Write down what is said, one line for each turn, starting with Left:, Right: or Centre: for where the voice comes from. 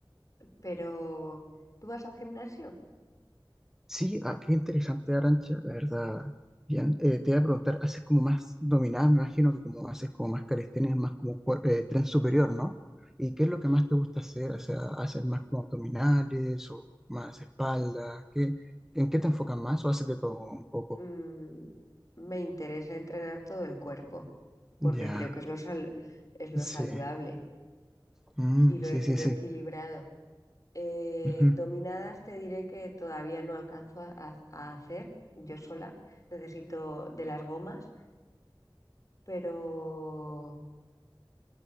Left: pero ¿tú vas al gimnasio?
Centre: Sí, ah, qué interesante, Arancha, la verdad. Bien, Eh, te voy a preguntar, haces como más dominada, me imagino que como haces como más calistenia, más como cuer- eh, tren superior, ¿no? ¿Y qué es lo que más te gusta hacer? O sea, ¿haces más como abdominales o más espalda? ¿Qué, en qué te enfocas más o haces de todo un poco?
Left: Mm, me interesa entrenar todo el cuerpo porque
Centre: Ya,
Left: creo que es lo, sal- es lo
Centre: sí,
Left: saludable
Centre: Mm,
Left: y lo,
Centre: sí,
Left: y
Centre: sí,
Left: lo
Centre: sí.
Left: equilibrado. Eh,
Centre: Ujú.
Left: dominadas te diré que todavía no alcanzo a, a- a hacer yo sola. Necesito de las gomas, pero